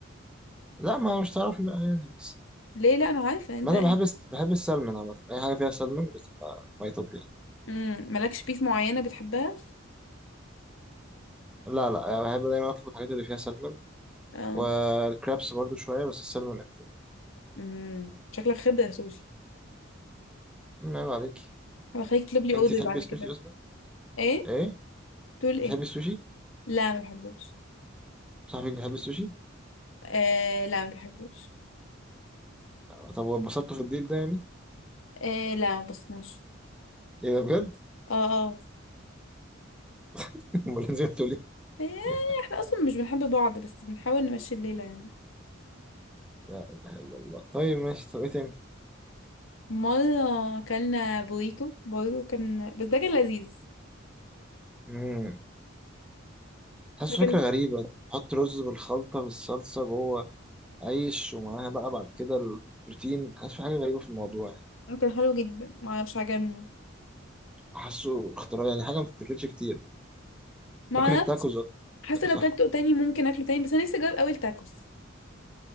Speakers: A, in the centre; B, on the left (about 75°).
A: لا ما مش تعرفي بقى يعني بس
B: ليه لا انا عارفه انت
A: ما انا بحب الس- بحب السلمون عامة اي حاجة فيها سلمون بتبقى ماي توب يعني
B: امم مالكش بيس معينه بتحبها
A: لا لا يعني بحب دايما اطلب الحاجات اللي فيها سلمون
B: اه
A: والكرابس برضو شوية بس السلمون اكتر يعني
B: امم شكلك خبره سوشي
A: مم، عيب عليك
B: هبخليك تطلب لي
A: انت
B: اوردر
A: تحبي
B: بعد
A: السوشي
B: كده بقى.
A: اصلا
B: ايه
A: ايه
B: تقول ايه
A: بتحبي السوشي
B: لا ما بحبوش
A: صاحبك بيحب السوشي
B: آه لا ما بحبوش
A: آه، طب واتبسطتوا في الديل ده يعني
B: آه لا ما بصناش
A: ايه ده بجد
B: اه اه
A: <laughs> امال نزلتوا ليه
B: يعني
A: <laughs>
B: احنا اصلا مش بنحب بعض بس بنحاول نمشي الليله يعني
A: لا اله الا الله طيب ماشي طب ايه تاني
B: مره اكلنا بوريتو برضه كان بس ده كان لذيذ
A: امم حاسس
B: ده كان
A: فكرة غريبة تحط رز بالخلطة بالصلصة جوه عيش ومعاها بقى بعد كده البروتين حاسس في حاجة غريبة في الموضوع يعني
B: كان حلو جدا ما اعرفش عجبني
A: حاسه اختراع يعني حاجه ما بتتاكلش كتير
B: ما
A: ممكن
B: اعرفش
A: التاكوز اكتر
B: حاسه
A: التاكوز
B: لو
A: احلى
B: كلته تاني ممكن اكله تاني بس انا نفسي اجرب اول تاكوس